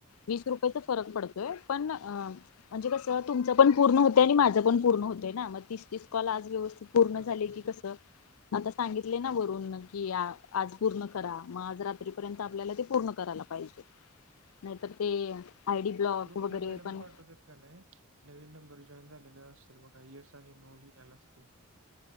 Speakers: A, on the left (about 75°); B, on the right (about 65°).
A: वीस रुपयचा फरक पडत पण म्हणजे कसं तुमचं पण पूर्ण होतंय आणि माझं पण पूर्ण होतंय ना मग तीस तीस कॉल आज व्यवस्थित पूर्ण
B: हा
A: झाले
B: हा
A: कि कसं आता सांगितले ना वरून की आ आज पूर्ण करा मग आज रात्रीपर्यंत आपल्याला ते पूर्ण कराय लागतं. पाहिजे नाहीतर ते आय डी ब्लॉक
B: आपल्या
A: वगैरे
B: मॅडम
A: पण
B: पाठवत्यात का नाही नवीन नंबर जॉईन झालेला असतील बघ एस आणि नो लिहलेला असतय